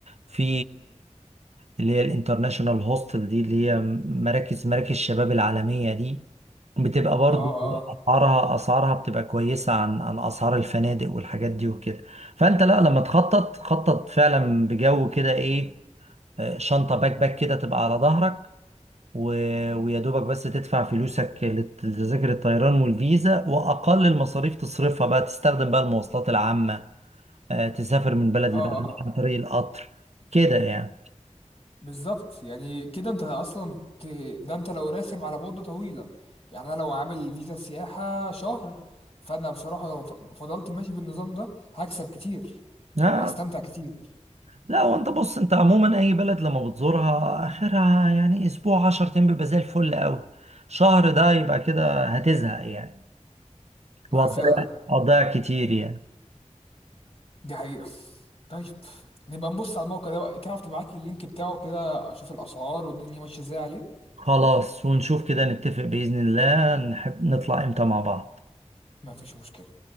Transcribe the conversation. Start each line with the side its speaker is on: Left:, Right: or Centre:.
Right: في اللي هي الانترناشونال هوستل دي اللي هي مراكز مراكز الشباب العالمية دي بتبقى برضو
Left: اه اه
Right: اسعارها اسعارها بتبقى كويسة عن عن اسعار الفنادق والحاجات دي وكده فانت لا لما تخطط خطط فعلا بجو كده ايه آه، شنطة باك باك كده تبقى على ظهرك و... ويا دوبك بس تدفع فلوسك لت- لتذاكر الطيران والفيزا واقل المصاريف تصرفها بقى تستخدم بقى المواصلات العامه آه، تسافر من بلد
Left: اه
Right: لبلد
Left: اه
Right: عن طريق القطر كده يعني
Left: بالظبط يعني كده انت اصلا ت... ده انت لو راسم على مدة طويلة يعني انا لو عامل فيزا سياحة شهر فانا بصراحة لو ف- فضلت ماشي بالنظام ده هكسب كتير
Right: آه،
Left: وهستمتع كتير
Right: لا وانت بص انت عموما اي بلد لما بتزورها اخرها يعني اسبوع 10 ايام بيبقى زي الفل قوي شهر ده يبقى كده هتزهق يعني
Left: ما
Right: وهتضيع
Left: فعلا
Right: هتضيع كتير يعني
Left: دي حقيقة طيب نبقى نبص على الموقع ده بقى تعرف تبعت لي اللينك بتاعه كده اشوف الاسعار والدنيا ماشية ازاي عليه
Right: خلاص ونشوف كده نتفق بإذن الله نحب نطلع امتى مع بعض
Left: مفيش مشكلة